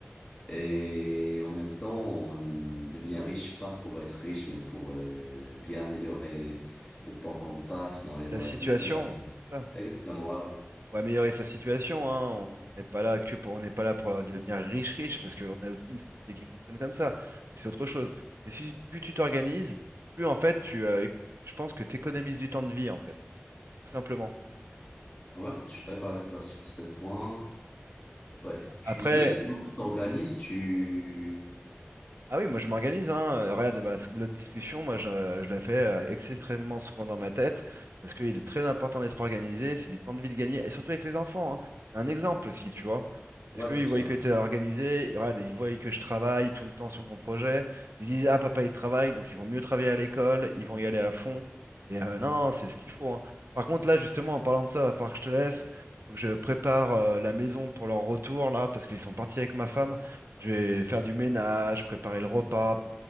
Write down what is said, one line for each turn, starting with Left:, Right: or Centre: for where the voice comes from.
Left: Et en même temps, on devient riche pas pour être riche, mais pour euh, bien améliorer le temps qu'on passe dans les loisirs.
Right: La situation, c'est ça.
Left: Exactement, ouais,
Right: Faut améliorer sa situation, hein. On n'est pas là que pour, on n'est pas là pour devenir riche, riche, parce qu'on a aussi une société qui fonctionne comme ça. Mais c'est autre chose. Mais si plus tu t'organises, plus en fait, tu, euh, éc- je pense que tu économises du temps de vie, en fait, tout simplement.
Left: ouais. Ouais, je suis d'accord avec toi sur ce point. Ouais, tu
Right: Après,
Left: disais, comment tu t'organises, tu...
Right: Ah oui, moi je m'organise, hein. Euh, Regarde, bah, ce- notre discussion, moi je, euh, je la fais euh, extrêmement souvent dans ma tête, parce qu'il est très important d'être organisé, c'est du temps de vie de gagner, et surtout avec les enfants, hein. C'est un exemple aussi, tu vois. Parce
Left: Ouais,
Right: qu'ils
Left: c'est sûr.
Right: voient que tu es organisé, ils regarde, ils voient que je travaille tout le temps sur mon projet, ils se disent, ah papa il travaille, donc ils vont mieux travailler à l'école, ils vont y aller à fond. Et euh, non, non, c'est ce qu'il faut, hein. Par contre, là, justement, en parlant de ça, va falloir que je te laisse, faut que je prépare euh, la maison pour leur retour, là, parce qu'ils sont partis avec ma femme. Je vais faire du ménage, préparer le repas,